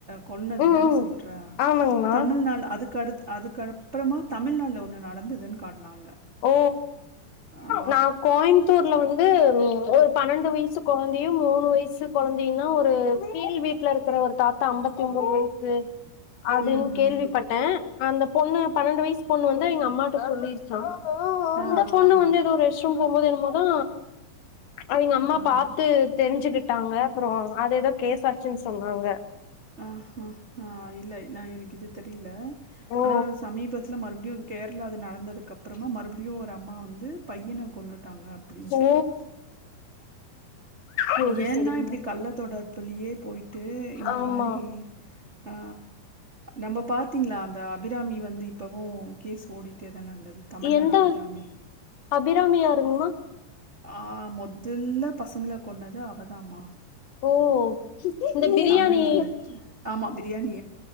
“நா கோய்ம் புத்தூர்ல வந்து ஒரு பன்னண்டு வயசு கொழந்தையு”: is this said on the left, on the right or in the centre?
Left